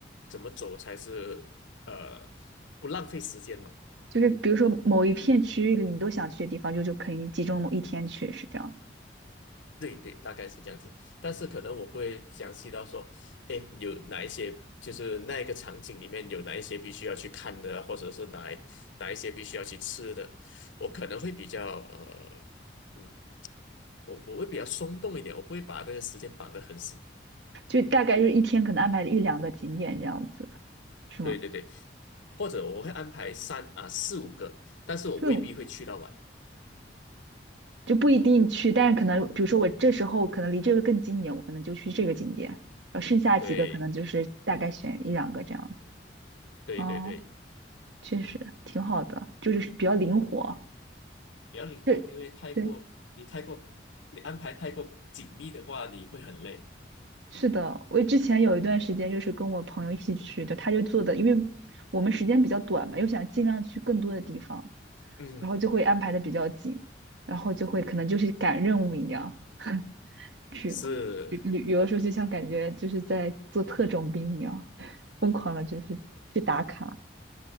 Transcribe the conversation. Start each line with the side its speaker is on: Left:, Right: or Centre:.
Left: 怎么走才是呃不浪费时间嘛。
Right: 就是比如说某一片区域里你都想去的地方，就就可以集中某一天去，是这样，
Left: 对对，大概是这样子，但是可能我不会详细到说，哎，有哪一些，就是那一个场景里面有哪一些必须要去看的啊或者是哪一哪一些必须要去吃的，我可能会比较呃，嗯，我我会比较松动一点，我不会把这个时间绑得很死。
Right: 就大概就是一天可能安排一两个景点这样子，是吗？
Left: 对对对，或者我会安排三啊四五个，但是我未必会去到晚。
Right: 就就不一定去，但是可能比如说我这时候可能离这个更近一点，我可能就去这个景点，然后剩下几个可能就是大概选一两个这样子。
Left: 对对对对，
Right: 哦，确实挺好的，就是比较灵活。
Left: 嗯，比较灵活，
Right: 对
Left: 因为太过你太过你安排太过紧密的话，
Right: 对，
Left: 你会很累。
Right: 是的，我之前有一段时间就是跟我朋友一起去的，他就做的，因为我们时间比较短嘛，又想尽量去更多的地方，
Left: 嗯，
Right: 然后就会安排的比较紧，然后就会可能就是赶任务一样 <laughs> 去
Left: 是，
Right: 旅旅游的时候，就像感觉就是在做特种兵一样，疯狂的就是去打卡，